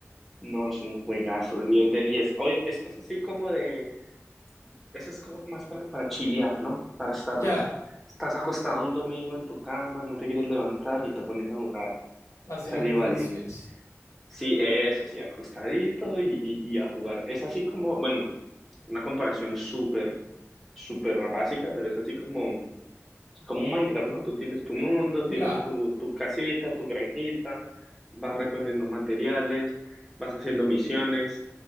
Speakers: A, in the centre; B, on the left.
A: No, es un juegazo, diez de diez Oye, es, es así como de, eso es como más para, para chilear, ¿no? Para estar,
B: Ya,
A: estás acostado un domingo en tu cama, no te quieres levantar y te pones a jugar.
B: así
A: Stardew
B: en la Nintendo
A: Valley.
B: Switch.
A: Sí, eso, sí, acostadito y, y, y a jugar. Es así como, bueno, una comparación súper, súper básica, pero es así como como un Minecraft, ¿no? Tú tienes tu mundo, tienes
B: Ya,
A: tu, tu casita, tu granjita, vas recogiendo materiales, vas haciendo misiones.